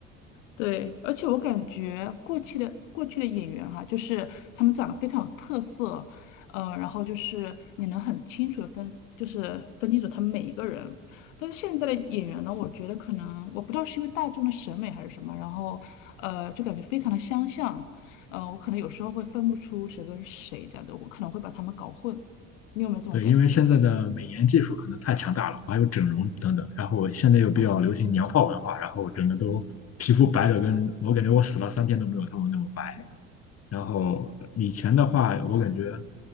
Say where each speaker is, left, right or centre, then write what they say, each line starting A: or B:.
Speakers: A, on the left; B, on the left.
A: 对，而且我感觉过去的过去的演员哈、就是他们长得非常有特色，呃，然后就是你能很清楚的分，就是分清楚他们每一个人。但是现在的演员呢，我觉得可能我不知道是因为大众的审美还是什么，然后呃，就感觉非常的相像，呃，我可能有时候会分不出谁跟谁这样子，我可能会把他们搞混。你有没有这种感觉？
B: 对，因为现在的美颜技术可能太强大了，还有整容等等，然后现在又比较流行娘炮文化，然后整个都皮肤白的跟我感觉我死了三天都没有他们那么白。然后以前的话，我感觉